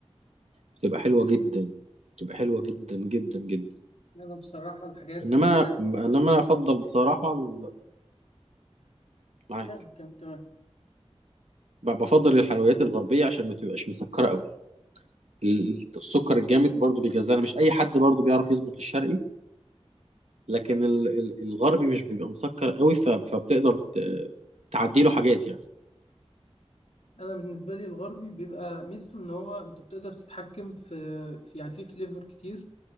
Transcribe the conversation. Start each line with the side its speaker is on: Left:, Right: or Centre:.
Right: بتبقى حلوة جدا بتبقى حلوة جدا جدا جدا
Left: انا بصراحه الحاجات
Right: انما
Left: اللي هي
Right: انما انا افضل بصراحه ال- معاك
Left: كم كم تمام
Right: ب- بفضل الحلويات الغربيه عشان ما تبقاش مسكره قوي ال- السكر الجامد برضو بيجزعنا مش اي حد برضو بيعرف يظبط الشرقي لكن ال- ال- الغربي مش بيبقى مسكر قوي ف- فبتقدر تعدي له حاجات يعني
Left: انا بالنسبه لي الغربي بيبقى ميزته ان هو انت بتقدر تتحكم في, في يعني في فليفر كتير